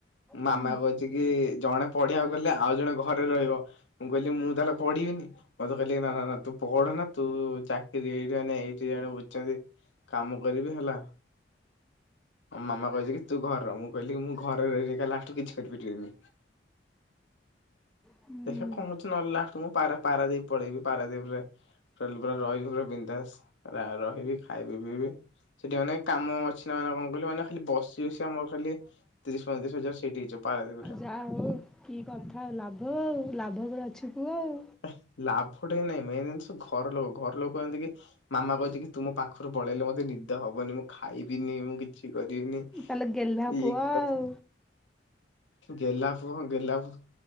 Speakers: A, on the left; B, in the centre.
A: ମାମା
B: ହୁଁ।
A: କଇଚିକି ଜଣେ ପଢିଆକୁ ଗଲେ ଆଉ ଜଣେ ଘରେ ରହିବ। ମୁଁ କଇଲି ମୁଁ ତାହେଲେ ପଢିବିନି ମୋତେ କହିଲେ ନା ନା ନା ତୁ ପଢନା ତୁ ଚାକିରି ଏଠି ମାନେ ଏଇଠି ଜଣ ବୁଜିଚନ୍ତି କାମ କରିବି। ହେଲା ଆ ମାମା କଇଚି କି? ତୁ ଘରେ ର ମୁଁ। କଇଲି କି ମୁଁ ଘରେ ରହି ରହି କା ଲାଷ୍ଟୁ କୁ କିଛି କରିପାରିବିନି।
B: ହୁଁ
A: ଦେଖିଆ କଅଁ ହଉଚି ନହେଲେ ଲାଷ୍ଟୁକୁ ମୁଁ ପାରା ପାରାଦୀପ୍ ପଳେଇିବି ପାରାଦୀପ୍ ରେ ହୋଟେଲରେ ରହିବି ପୁରା ବିନ୍ଦାସ। ରା ରହିବି ଖାଇବି ପିଇବି ସେଠି ମାନେ କାମ ଅଛି ନା କନ୍ କହିଲୁ ମାନେ ଖାଲି ବସି ବସିଆ ମୋର ଖାଲି ତିରିଶ ପଇଁତିରିଶ ହଜାର ସେଇଠି ହେଇଯିବ। ପାରାଦୀପରେ
B: ଯାହଉ କି କଥା ଆଉ ଲାଭ ଆଉ ଲାଭ ଉପରେ ଅଛୁ ତୁ ଆଉ।
A: ଅ ଲାଭଟା ହ ନାଇଁ ମେନ୍ ଜିନ୍ସ ଘର ଲୋକ ଘର ଲୋକ କଉଛନ୍ତି କି ମାମା କାଇଚି କି ତୁ ମ ପାଖରୁ ପଳେଇଲେ ମତେ ନିଦ ହବନି ମୁଁ ଖାଇବିନି ମୁଁ କିଛି କରିବିନି। ଇନି
B: ତାହେଲେ ଗେହ୍ଲା
A: ଇଏ
B: ପୁଅ
A: କି କଥା।
B: ଆଉ।
A: ଗେଲ୍ହା ପୁଅ ଗେଲ୍ହା ପୁଅ।